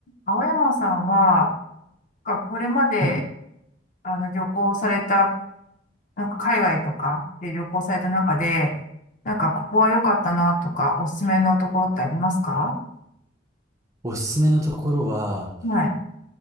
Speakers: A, on the left; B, on the right.
A: 青山さんは、なんかこれまで、
B: はい
A: あの、旅行された、なんか海外とかで旅行された中で、なんかここは良かったなとか、おすすめのところってありますか
B: おすすめのところは、
A: はい。